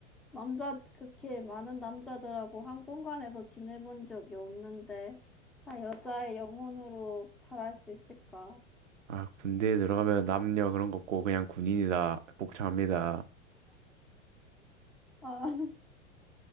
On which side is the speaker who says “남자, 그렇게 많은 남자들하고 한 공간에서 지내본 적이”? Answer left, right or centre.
Centre